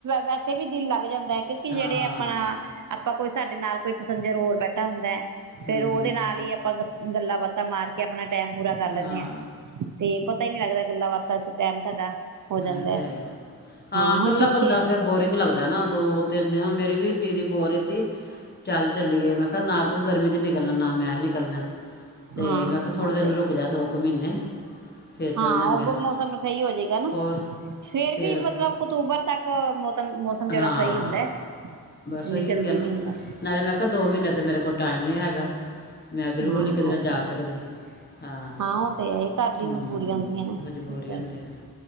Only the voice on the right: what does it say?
ਵੈਸੇ ਵੀ ਦਿਲ ਲੱਗ ਜਾਂਦਾ। ਮੈਂ ਕਿਹਾ ਕਿ,
ਜਿਹੜੇ ਆਪਣਾ ਆਪਾਂ ਕੁਛ ਸਾਡੇ ਨਾਲ ਕੋਈ ਪੈਸੈਂਜਰ ਹੋਰ ਬੈਠਾ ਹੁੰਦਾ ਏ। ਫੇਰ
ਉਹਦੇ ਨਾਲ ਹੀ ਆਪਾਂ ਗਪ ਗੱਲਾਂ ਬਾਤਾਂ ਮਾਰ ਕੇ ਆਪਣਾ ਟੈਮ ਪੂਰਾ ਕਰ ਲੈਂਦੇ
ਆ ਤੇ ਪਰ ਪਤਾ ਹੀ ਨਹੀਂ ਲਗਦਾ ਗੱਲ ਬਾਤਾਂ ਚ ਟਾਈਮ ਸਾਡਾ ਹੋ
ਜਾਂਦਾ
ਹੁਣ
ਪਿੱਛੇ
ਹਾਂ
ਉਹ
ਤੇ
ਹਾਂ
ਉਹ ਮੌਸਮ ਸਹੀ ਹੋ ਜਾਏਗਾ ਨਾ
ਫਰ
ਵੀ ਮਤਲਬ ਅਕਤੂਬਰ ਤੱਕ ਮੌਤਮ ਮੌਸਮ ਜਿਹੜਾ
ਸਹੀ ਹੁੰਦਾ ਇੰਨੀ
ਜਲਦੀ
ਨੀ ਹੁੰਦਾ
ਹਾਂ
ਉਹ
ਤੇ
ਉਹ ਤੇ ਹੈ ਘਰ ਦੀ
ਮਜਬੂਰੀਆਂ ਹੁੰਦੀਆਂ ਨੇ
ਉਹ ਤੇ
ਹੈ